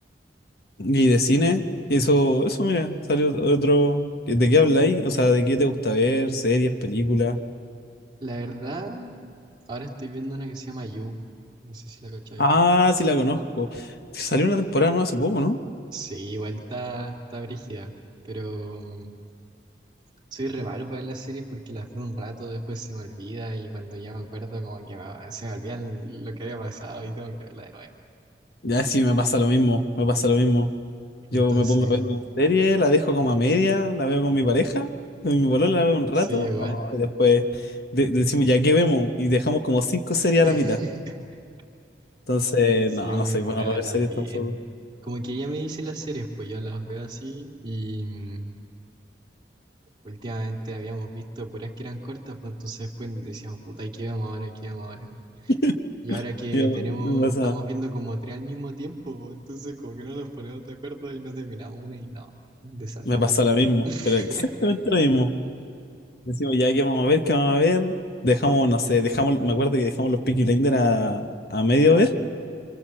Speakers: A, on the left; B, on the right.
A: Y de cine, eso, eso mira, salió otro. ¿De qué habláis? O sea, ¿de qué te gusta ver? ¿Series, películas?
B: La verdad, ahora estoy viendo una que se llama You. No sé si la cacháis.
A: Ah, sí la conozco. Salió una temporada nueva hace poco, ¿no?
B: Sí, igual está, está brígida. Pero mm, soy re malo para ver las series porque las veo un rato, después se me olvida y cuando ya me acuerdo como que va- se me olvida lo que había pasado y tengo que verla de nuevo.
A: Ya sí, me pasa lo mismo, me pasa lo mismo. Yo
B: Entonces,
A: me pongo a ver una serie, la dejo como a media, la veo con mi pareja, con mi bolón la veo un rato,
B: sí, igual.
A: oh, y después de- decimos, ya qué vemos, y dejamos como cinco series
B: <laughs>
A: a la mitad. Entonces,
B: Sí,
A: no,
B: llevo
A: no
B: mi
A: soy
B: polala
A: bueno para ver
B: también.
A: series tampoco.
B: Como que ella me dice las series, pues yo las veo así y mm, últimamente habíamos visto puras que eran cortas, pues entonces después decíamos, puta, ¿y qué vemos ahora? ¿Qué vemos ahora?
A: <laughs>
B: Y ahora que
A: Yo-
B: tenemos,
A: me pasa,
B: estamos viendo como tres al mismo tiempo, pues entonces como que no nos ponemos de acuerdo y no terminamos una y no, un desastre
A: me pasa
B: ahora.
A: lo mismo,
B: <laughs>
A: pero exactamente lo mismo. Decimos, ya qué vamos a ver, qué vamos a ver, dejamos, no sé, dejamos, me acuerdo que dejamos los Peaky Blinders a, a medio ver,